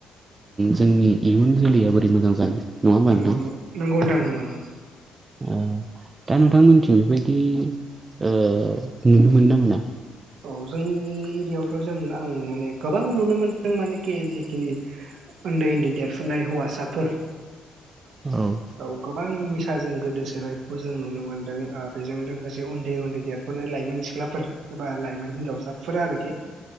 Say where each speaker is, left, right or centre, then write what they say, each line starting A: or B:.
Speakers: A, on the right; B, on the right.
A: जोंनि इयुन जोलैया बोरै मोजां जानो। नङा होमबा
B: नंगौ
A: नोंथां
B: नं- नंगौ थांं नंगौ- नंगौ
A: ओ दा नोंथांमोनथिं बेबायदि ओ नुनो मोनो ना मोना
B: औ जोंनि एरियाायावथ' जों आं माने गोबां नुनो मोनदों मानखि जिखिनि ओन्दै-ओन्दै देरफुनाय हौवासाफोर
A: औ
B: औ गोबां निसाजों गोदोसोनायखौ जों नुनो मोनदों ओ बेजों लोगोसे उन्दै-उन्दै देर फुनाय लाइमोन सिख्लाफोर एबा लाइमोन हिनजावसाफोर आरोखि